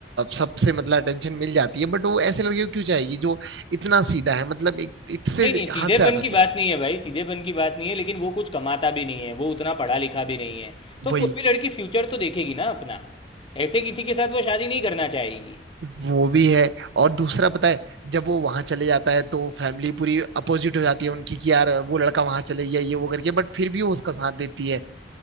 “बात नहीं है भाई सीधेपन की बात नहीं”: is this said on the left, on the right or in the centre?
Left